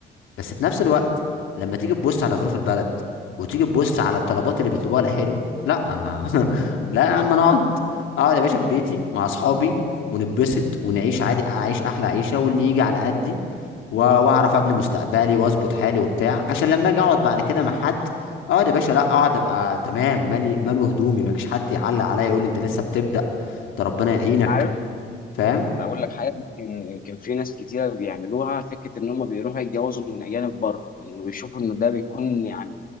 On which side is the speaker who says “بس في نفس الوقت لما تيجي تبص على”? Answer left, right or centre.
Left